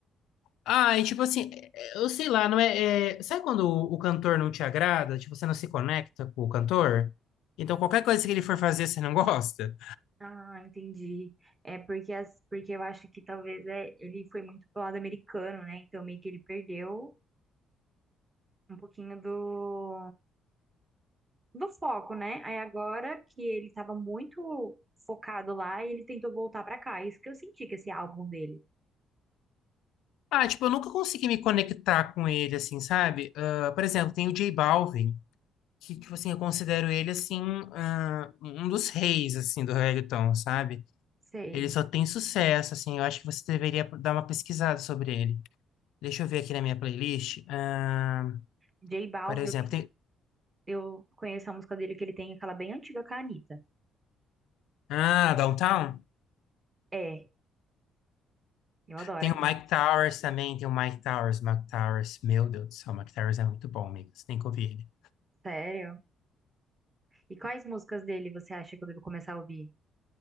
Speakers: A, on the left; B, on the right.
A: Ah, e tipo assim, é- é- eu sei lá, não é, é- Sabe quando o, o cantor não te agrada? Tipo, você não se conecta com o cantor? Então qualquer coisa que ele for fazer, você não gosta?
B: Ah, entendi. É porque, as, porque eu acho que talvez é, ele foi muito pro lado americano, né? Então meio que ele perdeu um pouquinho do, do foco, né? Aí agora que ele tava muito focado lá, ele tentou voltar pra cá. É Isso que eu senti que esse álbum dele.
A: Ah, tipo, eu nunca consegui me conectar com ele, assim, sabe? Ah, por exemplo, tem o J Balvin. que, tipo assim, eu considero ele, assim, ah, um dos reis, assim, do reggaeton, sabe?
B: Sei.
A: Ele só tem sucesso, assim, eu acho que você deveria dar uma pesquisada sobre ele. Deixa eu ver aqui na minha playlist. ah,
B: J Balvin,
A: por exemplo,
B: eu
A: tem...
B: Eu conheço a música dele que ele tem, aquela bem antiga com a Anitta.
A: Ah, Downtown?
B: É, eu adoro
A: Tem
B: aquela
A: o Mike
B: música.
A: Towers também, tem o Mike Towers, Mike Towers, meu Deus do céu, o Mike Towers é muito bom, amigo, você tem que ouvir ele.
B: Sério? E quais músicas dele você acha que eu devo começar a ouvir?